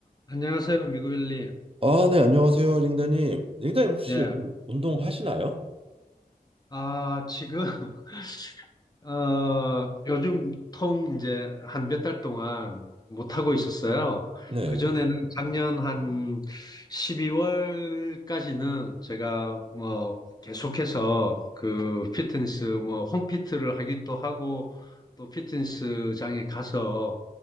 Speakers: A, on the left (about 25°); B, on the right (about 35°).
A: 안녕하세요, 미구엘님.
B: 아, 네, 안녕하세요, 링다님. 링다님 혹시
A: 예.
B: 요즘 운동하시나요?
A: 아, 지금, <laughs> 어, 요즘 통 이제 한 몇 달 동안 못하고 있었어요.
B: 네.
A: 그전에는 작년 한 12월까지는 제가 뭐 계속해서 그 피트니스, 뭐 홈피트를 하기도 하고 또 피트니스장에 가서